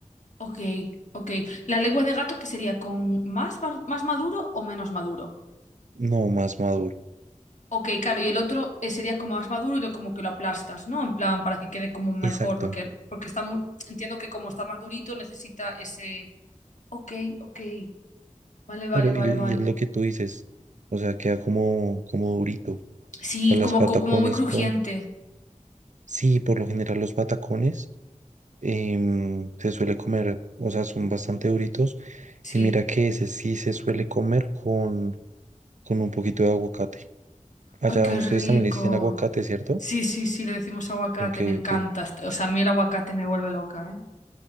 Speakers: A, on the left (about 70°); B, on the right (about 70°).
A: ok, ok. La lengua de gato que sería con más, bar- más maduro o menos maduro.
B: no más maduro.
A: Ok, claro, y el otro eh, sería como más maduro y lo, como que lo aplastas, ¿no? En plan, para que quede como mejor,
B: Exacto.
A: porque, porque está muy, entiendo que como está más durito necesita ese... Ok, ok. Vale, vale,
B: Claro,
A: vale,
B: y,
A: vale.
B: y es lo que tú dices, o sea, queda como, como durito. O
A: Sí,
B: sea, las
A: como,
B: patacones,
A: co- como muy crujiente.
B: por... sí, por lo general los patacones em, se suele comer, o sea, son bastante duritos.
A: Sí.
B: Y mira que ese sí se suele comer con, con un poquito de aguacate. Allá
A: ¡Ay, qué
B: ustedes
A: rico!
B: también le dicen aguacate, ¿cierto?
A: Sí, sí, sí, le decimos aguacate,
B: Ok,
A: me encanta.
B: ok.
A: Est- O sea, a mí el aguacate me vuelve loca, ¿eh?